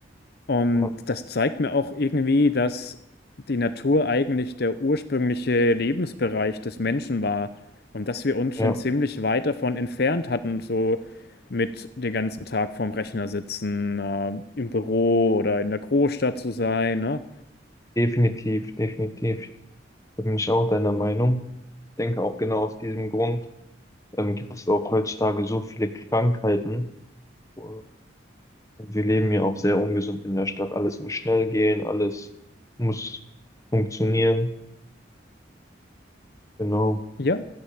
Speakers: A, on the left; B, on the left.
A: Und
B: Ja,
A: das zeigt mir auch irgendwie, dass die Natur eigentlich der ursprüngliche Lebensbereich des Menschen war und dass wir uns
B: ja,
A: schon ziemlich weit davon entfernt hatten, so mit den ganzen Tag vorm Rechner sitzen, äh, im Büro oder in der Großstadt zu sein, ne?
B: definitiv, definitiv. Da bin ich auch deiner Meinung. Ich denke auch genau aus diesem Grund ähm, gibt es auch heutzutage so viele Krankheiten. Äh, Und wir leben ja auch sehr ungesund in der Stadt. Alles muss schnell gehen, alles muss funktionieren. Genau. Auf
A: Ja,